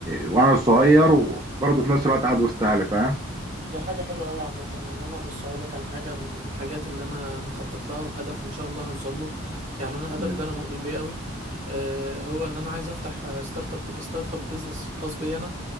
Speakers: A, on the right; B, on the right.
A: وانا صغير
B: ده ده
A: وبرضه في نفس الوقت قاعد وسط اهلي فاهم
B: دي حاجة حلوة أوي عامة يعني أنا بص هقولك على حاجة من الحاجات اللي أنا مخطط لها وهدف إن شاء الله هوصل له يعني أنا الهدف
A: باذن الله
B: ده أنا مؤمن بيه أوي آه، هو إن أنا عايز أفتح ستارت أب ستارت أب بيزنس خاص بي أنا